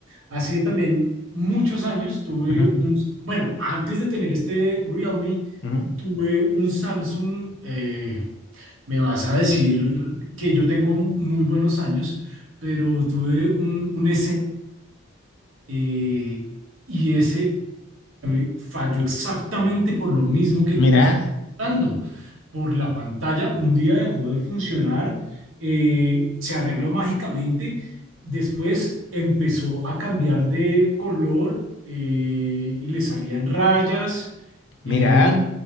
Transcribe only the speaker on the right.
hace también muchos años tuve
un, bueno, antes de tener este Realme,
tuve un Samsung, eh, me vas a decir que yo tengo muy buenos años, pero tuve un, un S, eh, y ese me falló exactamente por lo mismo que
tú me estás dando. Por la pantalla, un día dejó de funcionar, eh, se arregló mágicamente, después empezó a cambiar de color eh, y le salían rayas.
eh,